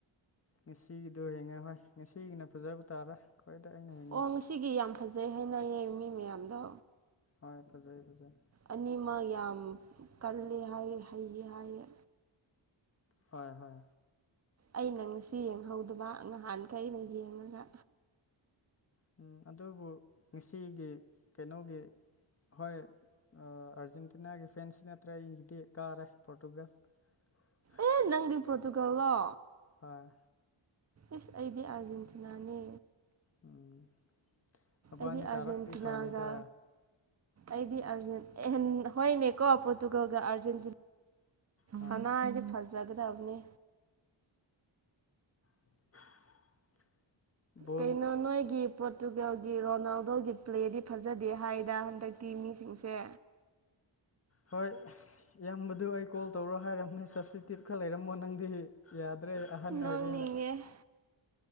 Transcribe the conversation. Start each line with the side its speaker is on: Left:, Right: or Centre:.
Left: ꯉꯁꯤꯒꯤꯗꯣ ꯍꯦꯡꯉꯦ ꯍꯣꯏ ꯉꯁꯤꯒꯤꯅ ꯐꯖꯕ ꯇꯥꯔꯦ ꯑꯩꯈꯣꯏꯗ ꯑꯩꯅ ꯍꯤꯡꯕꯗ
Right: ꯑꯣ ꯉꯁꯤꯒꯤ ꯌꯥꯝ ꯐꯖꯩ ꯍꯥꯏꯅ ꯌꯦꯡ ꯃꯤ ꯃꯌꯥꯝꯗꯣ
Left: ꯍꯣꯏ ꯐꯖꯩ ꯐꯖꯩ
Right: ꯑꯅꯤꯃꯛ ꯌꯥꯝ ꯀꯜꯂ ꯍꯥꯏꯌꯦ ꯍꯩꯌꯦ ꯍꯥꯏꯌꯦ
Left: ꯍꯣꯏ ꯍꯣꯏ
Right: ꯑꯩꯅ ꯉꯁꯤ ꯌꯦꯡꯍꯧꯗꯕ ꯅꯍꯥꯟꯈꯩꯅ ꯌꯦꯡꯉꯒ
Left: ꯎꯝ ꯑꯗꯨꯕꯨ ꯉꯁꯤꯒꯤ ꯀꯩꯅꯣꯒꯤ ꯍꯣꯏ ꯑꯥꯔꯖꯦꯟꯇꯤꯅꯥꯒꯤ ꯐꯦꯟꯁ ꯅꯠꯇ꯭ꯔꯦ ꯑꯩꯒꯤꯗꯤ ꯀꯥꯔꯦ ꯄꯣꯔꯇꯨꯒꯜ <unintelligible>
Right: ꯑꯦ ꯅꯪꯗꯤ ꯄꯣꯔꯇꯨꯒꯜ ꯂꯣ
Left: ꯍꯣꯏ
Right: ꯏꯁ ꯑꯩꯗꯤ ꯑꯔꯖꯦꯟꯇꯤꯅꯥꯅꯦ
Left: ꯎꯝ ꯃꯕꯥꯅꯤ
Right: ꯑꯩꯗꯤ ꯑꯥꯔꯖꯦꯟꯇꯤꯅꯥꯒ
Left: ꯇꯥꯔꯛꯇꯤ ꯐꯅꯤꯗ
Right: ꯑꯩꯗꯤ ꯑꯔꯖꯦꯟ ꯑꯦꯍꯟ ꯍꯣꯏꯅꯦ ꯀꯣ ꯄꯣꯔꯇꯨꯒꯜꯒ ꯑꯔꯖꯦꯟꯇꯤ
Left: ꯍꯣꯏ
Right: ꯁꯅꯥꯗꯤ ꯐꯖꯒꯗꯕꯅꯤ
Left: <unintelligible> ꯕꯣꯜ
Right: ꯀꯩꯅꯣ ꯅꯣꯏꯒꯤ ꯄꯣꯠ ꯇꯨꯒꯦꯜꯒꯤ ꯔꯣꯅꯥꯜꯗꯣꯒꯤ ꯄ꯭ꯂꯦꯗꯤ ꯐꯖꯗꯦ ꯍꯥꯏꯗꯥ ꯍꯟꯗꯛꯇꯤ ꯃꯤꯁꯤꯡꯁꯦ
Left: ꯍꯣꯏ ꯏꯌꯥꯝꯕꯗꯨ ꯑꯩ ꯀꯣꯜ ꯇꯧꯔꯣ ꯍꯥꯏꯔꯝꯅꯦ ꯆꯁꯤ <unintelligible> ꯈꯔ ꯂꯩꯔꯝꯃꯣ ꯅꯪꯗꯤ ꯌꯥꯗ꯭ꯔꯦ ꯑꯍꯟ
Right: ꯅꯣꯛꯅꯤꯡꯉꯦ
Left: ꯑꯣꯏꯔꯦꯅ